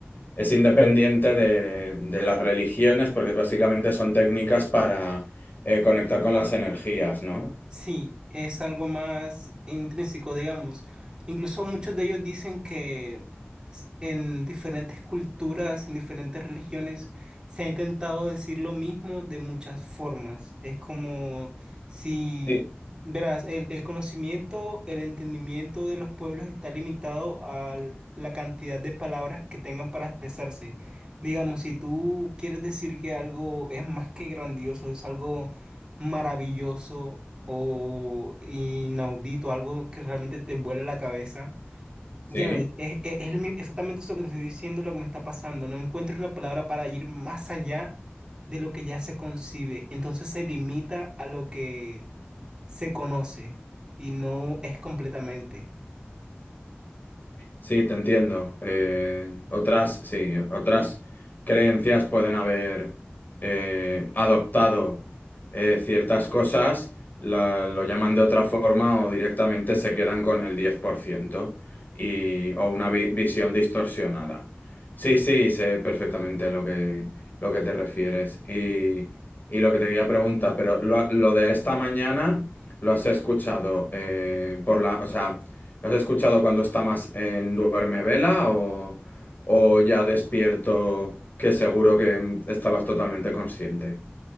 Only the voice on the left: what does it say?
Es independiente de, de las religiones porque básicamente son técnicas para eh, conectar con las energías, ¿no?
Sí.
Sí.
Sí, te entiendo. Eh, otras, sí, otras creencias pueden haber eh, adoptado eh, ciertas cosas, la- lo llaman de otra forma o directamente se quedan con el 10% y, o una vi- visión distorsionada. Sí, sí, sé perfectamente lo que, lo que te refieres y, y lo que te quería preguntar, pero lo, lo de esta mañana lo has escuchado eh, por la, o sea... ¿Lo ¿Has escuchado cuando está más en duerme vela o, o ya despierto que seguro que mm, estabas totalmente consciente?